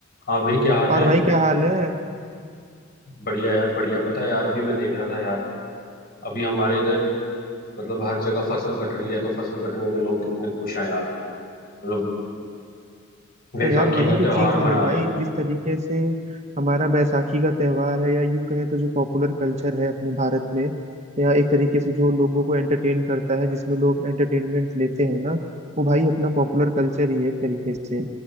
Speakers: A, on the left; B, on the right.
A: हाँ भाई क्या हाल है
B: और भाई क्या हाल है
A: बढ़िया यार बढ़िया पता है यार अभी मैं देख रहा था यार अभी हमारे इधर मतलब हर जगह फसल कट रही है तो फसल कटने पे लोग कितने खुश हैं यार मतलब वैसाखी
B: तो यार वही
A: का
B: तो
A: त्योहार
B: चीज है
A: मना
B: ना भाई
A: रहे हैं
B: जिस तरीके से हमारा बैसाखी का त्योहार है या यूं कहे तो जो पॉपुलर कल्चर है अपने भारत में या एक तरीके से जो लोगों को एंटरटेन करता है जिसमें लोग एंटरटेनमेंट लेते हैं ना वो भाई अपना पॉपुलर कल्चर ही है एक तरीके से